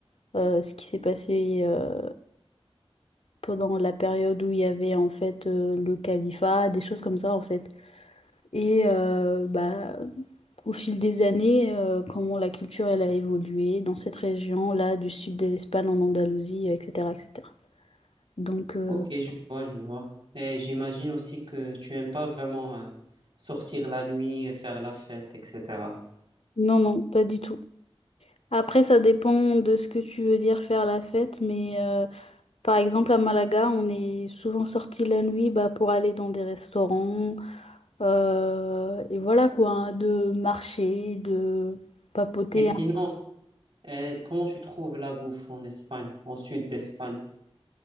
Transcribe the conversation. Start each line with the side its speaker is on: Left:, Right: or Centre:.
Left: euh, ce qui s'est passé euh, pendant la période où il y avait en fait euh, le califat, des choses comme ça en fait. Et euh, bah au fil des années, euh, comment la culture elle a évolué dans cette région-là, du sud de l'Espagne en Andalousie, euh, etc., etc. Donc, euh,
Right: Ok, je vois, je vois. Et j'imagine aussi que tu aimes pas vraiment euh, sortir la nuit, faire la fête, etc.
Left: non, non, pas du tout. Après, ça dépend de ce que tu veux dire faire la fête, mais euh, par exemple à Malaga, on est souvent sorti la nuit bah, pour aller dans des restaurants, euh, et voilà quoi, hein, de marcher, de papoter.
Right: Et sinon,
Left: hein.
Right: euh, comment tu trouves la bouffe en Espagne, en sud d'Espagne?